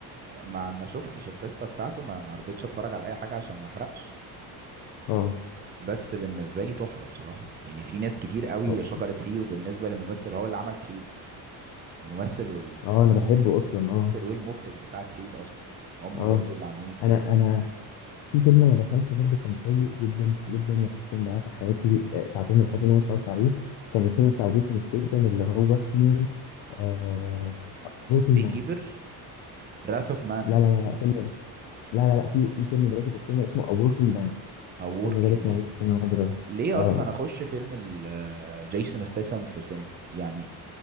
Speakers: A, on the right (about 25°); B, on the left (about 80°).
A: ما ما شفتش القصة بتاعته ما ما رضيتش اتفرج على اي حاجة عشان ما احرقش
B: اه
A: بس بالنسبة لي تحفة بصراحة يعني في ناس كتير قوي
B: اه
A: شكرت فيه وبالنسبة للممثل هو اللي عمل كريد الممثل والممثل
B: آه، انا بحبه اصلا اه
A: والمخرج بتاع كريد اصلا هم
B: اه
A: برضو اللي عاملين الفيلم
B: انا انا في فيلم انا دخلته برضو كان سيء جدا جدا وحرفيا ضيعت حياتي آه، ساعتين من حياتي اللي انا اتفرجت عليه كان الفيلم بتاع جيسون ستيثم اللي هو اسمه آه وركينج
A: بي
B: مان
A: كيبر راث اوف مان
B: لا لا لا فيلم لا لا لا في في فيلم دلوقتي في السينما اسمه A Working Man
A: او وركينج
B: الفيلم ده لسه
A: مان
B: موجود في السينما لغايه دلوقتي
A: ليه
B: اه
A: اصلا اخش فيلم ال- جيسون ستاثام في سينما يعني